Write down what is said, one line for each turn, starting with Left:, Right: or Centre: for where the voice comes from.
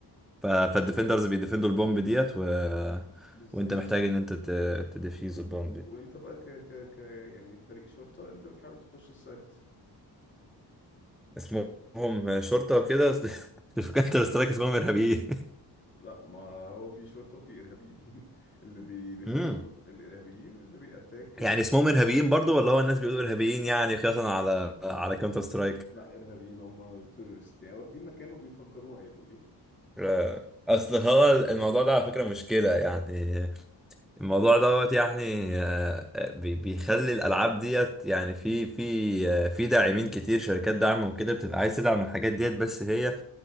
Centre: ف... فالديفندرز بيديفندوا البومب ديت و...
Left: بالظبط
Centre: وانت محتاج ان انت ت... تديفيوز البومب
Left: و...
Centre: دي.
Left: وانت بقى ك... ك... ك يعني فريق شرطة انت بتحاول تخش السايت
Centre: اسمهم شرطة وكده <laughs> أصل في كاونتر سترايك اسمهم ارهابيين
Left: لا ما هو في شرطة وفي إرهابيين <laughs> اللي بيديفندوا
Centre: امم
Left: الإرهابيين اللي بيأتاك الشرطة
Centre: يعني اسمهم ارهابيين برضو ولا هو الناس بيقولوا ارهابيين يعني قياسا على على كاونتر سترايك
Left: لا ارهابيين هم تورست يعني واخدين مكان وبيفجروه هيبقوا ايه
Centre: آه، اصل هو الموضوع ده على فكرة مشكلة يعني الموضوع دوت يعني آه، آه، بي- بيخلي الالعاب ديت يعني في في آه، في داعمين كتير شركات دعم وكده بتبقى عايز تدعم الحاجات ديت بس هي